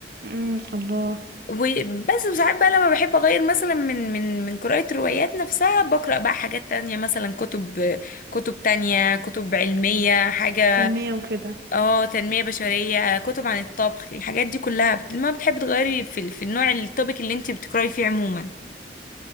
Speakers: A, on the right; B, on the left.
A: امم الله
B: وبس وساعات بقى لما بحب اغير مثلا من من من قراءة الروايات نفسها بقرأ بقى حاجات تانية مثلا كتب كتب تانية كتب علمية حاجة
A: تنميه وكده
B: اه تنمية بشرية كتب عن الطبخ الحاجات دي كلها بت- ما بتحب تغيري في, ال- في النوع التوبيك اللي انت بتقرأي فيه عموما